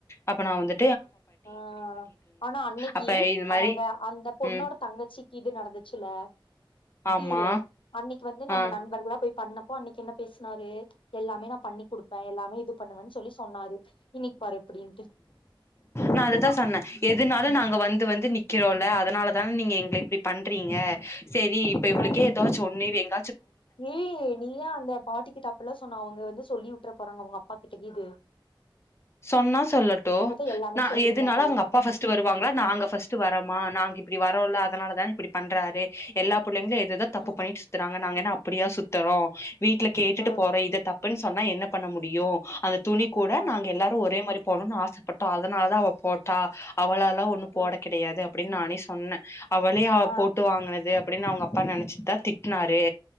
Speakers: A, on the left; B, on the left.
A: அப்ப நா வந்து
B: ஆ ஆனா அன்னைக்கி
A: அப்ப இது மாரி
B: அவங்க அந்த பொண்ணோட
A: ம்
B: தங்கச்சிக்கு இது நடந்துச்சில்ல
A: ஆமா
B: சீரு அன்னி க்கி வந்து நம்ம
A: ஆ
B: நண்பர்களா போய் பண்ணப்போ அன்னக்கி என்ன பேசுனாரு எல்லாமே நா பண்ணி குடுப்பே எல்லாமே இது பண்ணுவன் சொல்லி சொன்னாரு இன்னிக் பாரு எப்டின்ட்டு
A: நா அததா
B: இப்டிதா
A: சொன்ன எதுனாலு நாங்க
B: ம்
A: வந்து வந்து நிக்கிறோல்ல அதனால தான் நீங்க எங்கள இப்டி பண்றீங்க சேரி இப்ப இவளுக்கே
B: ஆ
A: ஏதாச்சு ஒன்னு இவ எங்
B: ஏய் நீ ஏ அந்த பாட்டிக்கிட்ட அப்புல்லா சொன்ன அவுங்க வந்து சொல்லி உ ட்ற போறாங்க அவ்ங்க அப்பாக் கிட்ட கீது
A: சொன்னா சொல்லட்டு
B: அவங்கதா எல்லாமே
A: நா
B: சொல்லிருவாங்கல்ல
A: எதுனால அவுங்க அப்பா ஃபஸ்ட்டு வருவாங்ளா நாங்க ஃபஸ்ட்டு வரமா நாங் இப் டி வரோல்ல அதனாலதா இப்டி பண்றாரு எல்லா புள்ளைங்களு எதேதோ தப்பு
B: ம்
A: பண்ணிட்டு சுத்துறங்க நாங்க என்ன அப் டியா சுத்தறோ வீட்ல கேட்டுட்டு
B: ஆ
A: போறோ இத தப்புன் சொன்னா என்னப் பண்ண முடியு அது துணி கூட
B: ஆ
A: நாங்கெல்லா ஒரே மாரி போட்னுனு ஆசப்பட்டா அதனாலதா அவ போட்டா அவளா நா ஒன்னு போட
B: ஆ
A: கெடையாது அப் அப்டின் நானே சொன்னே அவளே அவ
B: ஆ
A: போட்டு வாங்குனது அப்டின் அவ்ங்க அப்பா நெனச்சுத்தா திட்னாரு